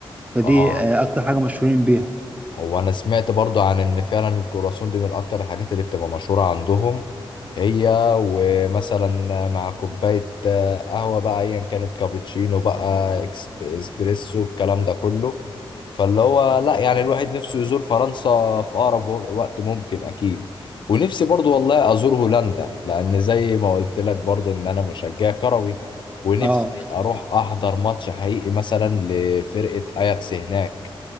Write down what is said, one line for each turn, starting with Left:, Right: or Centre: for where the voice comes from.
Right: فدي
Left: اه
Right: آه، اكتر حاجة مشهورين بيها
Left: هو انا سمعت برضو عن ان فعلا الكرواسون دي من اكتر الحاجات اللي بتبقى مشهورة عندهم هي ومثلا مع كوباية آه، قهوة بقى ايا كانت كابتشينو بقى إكس- اسبريسو الكلام ده كله فاللي هو لا يعني الواحد نفسه يزور فرنسا في اقرب و- وقت ممكن اكيد ونفسي برضو والله ازور هولندا لان زي ما قلت لك برضو ان انا مشجع كروي ونفسي
Right: اه
Left: اروح احضر ماتش حقيقي مثلا لفرقة اياكس هناك